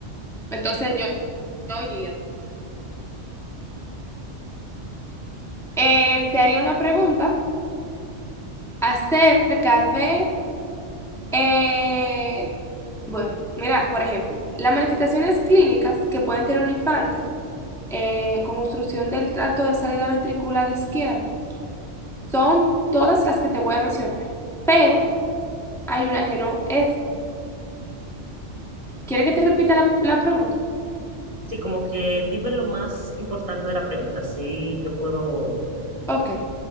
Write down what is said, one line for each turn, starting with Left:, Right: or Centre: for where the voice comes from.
Centre: Entonces yo, yo iría. Eh, te haría una pregunta acerca de Eh, bueno, mira, por ejemplo, las manifestaciones clínicas que pueden tener un infante eh, con obstrucción del tracto de salida ventricular izquierda son todas las que te voy a mencionar, pero hay una que no es. ¿Quieres que te repita la, la pregunta?
Right: Sí, como que dime lo más importante de la pregunta, si yo puedo...
Centre: Ok,